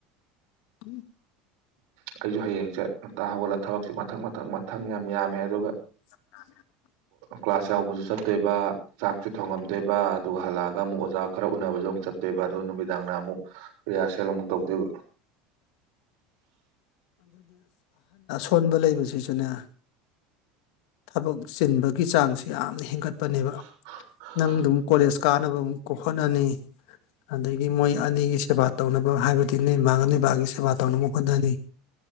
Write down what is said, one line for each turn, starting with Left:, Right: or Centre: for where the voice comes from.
Left: ꯎꯝ
Right: ꯎ ꯑꯩꯁꯨ ꯍꯌꯦꯡꯁꯦ ꯉꯟꯇꯥ ꯍꯧꯒꯠꯂꯒ ꯊꯕꯛꯁꯦ ꯃꯊꯪ ꯃꯊꯪ ꯃꯊꯪ ꯌꯥꯝ ꯌꯥꯝꯃꯦ ꯑꯗꯨꯒ
Left: ꯑ
Right: ꯀ꯭ꯂꯥꯁ ꯌꯥꯎꯕꯁꯨ ꯆꯠ ꯆꯠꯇꯣꯏꯕ ꯆꯥꯛꯁꯨ ꯊꯣꯡꯉꯝꯗꯣꯏꯕ ꯑꯗꯨꯒ ꯍꯜꯂꯛꯑꯒ ꯑꯃꯨꯛ ꯑꯣꯖꯥ ꯈꯔ ꯎꯅꯕꯁꯨ ꯑꯃꯨꯛ ꯆꯠꯇꯣꯏꯕ ꯑꯗꯨ ꯅꯨꯃꯤꯗꯥꯡꯗ ꯑꯃꯨꯛ ꯔꯤꯍꯔꯁꯦꯜ ꯑꯃꯨꯛ ꯇꯧꯗꯣꯏꯕ
Left: ꯀꯣꯟꯕ ꯂꯩꯕꯁꯤꯁꯨꯅꯦ ꯊꯕꯛ ꯆꯤꯟꯕꯒꯤ ꯆꯥꯡꯁꯤ ꯌꯥꯝꯅ ꯍꯦꯟꯒꯠꯄꯅꯦꯕ
Right: <inaudible>
Left: ꯅꯪ ꯑꯗꯨꯝ ꯀꯣꯂꯦꯖ ꯀꯥꯅꯕ ꯑꯃꯨꯛ ꯍꯣꯠꯅꯅꯤ ꯑꯗꯒꯤ ꯃꯣꯏ ꯑꯅꯤꯒꯤ ꯁꯦꯕꯥ ꯇꯧꯅꯕ ꯍꯥꯏꯕꯗꯤ ꯅꯣꯏ ꯏꯃꯥꯒ ꯅꯣꯏ ꯕꯕꯥꯒꯤ ꯁꯦꯕꯥ ꯇꯧꯅꯕ ꯍꯣꯠꯅꯅꯤ